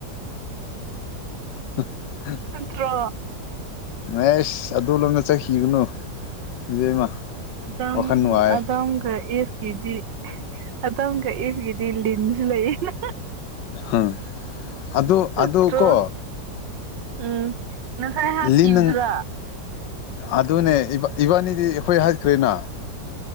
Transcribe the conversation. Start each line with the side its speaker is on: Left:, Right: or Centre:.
Left: <unintelligible>
Right: ꯅꯠꯇ꯭ꯔꯣ꯫
Left: ꯑꯦꯁ ꯑꯗꯨ ꯂꯣꯝꯗ ꯆꯠꯈꯤꯒꯅꯨ ꯏꯕꯦꯝꯃ꯫
Right: ꯑꯗꯝ
Left: ꯋꯥꯈꯜ ꯅꯨꯡꯉꯥꯏ
Right: ꯑꯗꯝꯒ ꯏꯐ ꯒꯤꯗꯤ ꯑꯗꯝꯒ ꯏꯤꯐꯒꯤꯗꯤ ꯂꯤꯟꯁꯨ ꯂꯩꯌꯦꯅ꯫
Left: ꯍꯥ ꯑꯗ‌ꯣ
Right: ꯅꯠꯇ꯭ꯔꯣ
Left: ꯑꯗ‌ꯣꯀꯣ
Right: ꯎꯝ꯫ ꯉꯁꯥꯏ ꯍꯥꯠꯈꯤꯕꯗꯨꯔꯥ
Left: ꯂꯤ ꯅꯪ ꯑꯗꯨꯅꯦ ꯏꯕꯥ ꯏꯕꯥꯅꯤꯗꯤ ꯑꯩꯈꯣꯏ ꯍꯥꯏꯈ꯭ꯔꯦꯅꯥ꯫